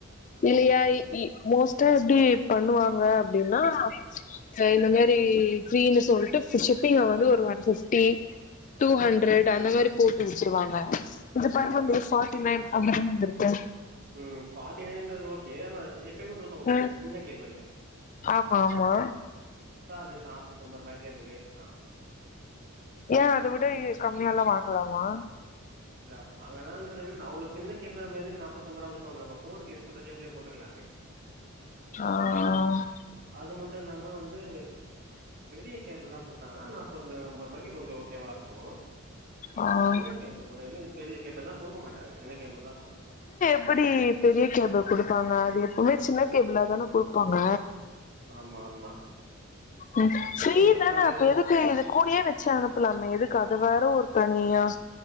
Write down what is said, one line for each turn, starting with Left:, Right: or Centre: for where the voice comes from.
Right: ம்
Left: இல்லியா இ இ மோஸ் டா எப்டி பண்ணுவாங்க அப்டின்னா சோ இந்த மேரி ஃப்ரீனு சொல்ட்டு ஷிப்பிங்க வந்து ஒரு ஒன் ஃபிஃப்டி டூ
Right: ம்
Left: ஹண்ரட் அந்த மாரி போட்டு உட்டுருவாங்க இந்த பருவந்து
Right: ம்
Left: ஃபாட்டி நைன் அப்டிதானே வந்திருக்கு
Right: ம் ஃபாட்டி நைன்றது ஓகே ஆனா எப்பயுமே குடுப்பாங்க பாத்ய
Left: ம்
Right: இந்த சின்ன கேபளு
Left: ஆமா ஆமா
Right: அது நாப்பத்தொம்போது ரூபாய்க்கு அது வேஸ்ட்டு தா
Left: ஏ அத விட இது கம்மியாலா வாங்கலாமா
Right: இல்ல வாங்கலான்றது விட நா ஒரு சின்ன கேபிள நம்ம எதுக்கு நாப்த்தொம்பருவா குத்து வாங்கணு நம்ம ஃபோனுக்கு யூஸ் பண்ற கேபிளே போட்டுக்கலாமே
Left: ஆ ஆ
Right: அது மட்டு இல்லாம வந்து அ பெரிய கேபிளா குட்த்தாங்கனா நா <unintelligible> பொருபாய்க்கி கொஞ்சோ ஓகேவாருக்கு
Left: ஆ
Right: சின்ன கேபிள் <unintelligible> பெரிய கேபிள்லா குடுக்க மாட்டாங்க சின்ன கேபிள் தா குடுப்பா
Left: எப்புடி பெரிய கேபிள் குடுப்பாங்க அது எப்பவுமே சின்ன கேபிளாதானே குடுப்பாங்க
Right: ஆமா ஆமா
Left: ம் ஃப்ரீ
Right: சரி
Left: தான
Right: இது
Left: அப்ப எதுக்கு இது கூடியே வெ ச்சு அனுப்பலாமே எதுக்கு அது வேற ஒரு தனியா